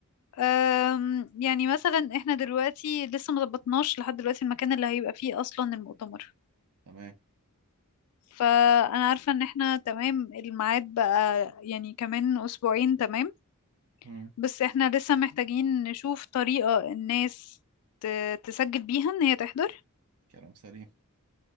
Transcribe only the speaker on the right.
تمام،
مم.
كلام سليم،